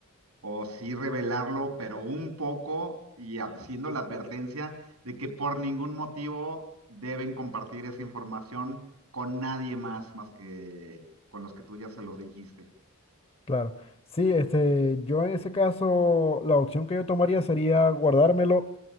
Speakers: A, on the right; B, on the left.
A: o sí revelarlo, pero un poco y haciendo la advertencia de que por ningún motivo deben compartir esa información con nadie más, más que con los que tú ya se los dijiste?
B: Claro. Sí, este, yo en ese caso, la opción que yo tomaría sería guardármelo